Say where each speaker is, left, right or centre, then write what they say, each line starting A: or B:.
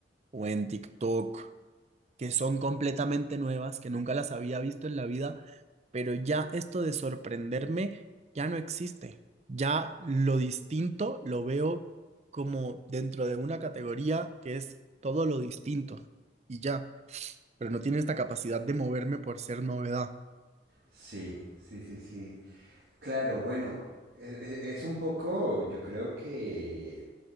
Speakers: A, on the right (about 40°); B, on the right (about 75°).
A: o en TikTok que son completamente nuevas, que nunca las había visto en la vida, pero ya esto de sorprenderme ya no existe. Ya lo distinto lo veo como dentro de una categoría que es todo lo distinto y ya, pero no tiene esta capacidad de moverme por ser novedad.
B: Sí, sí, sí, sí. Claro, bueno, e- e- es un poco, yo creo que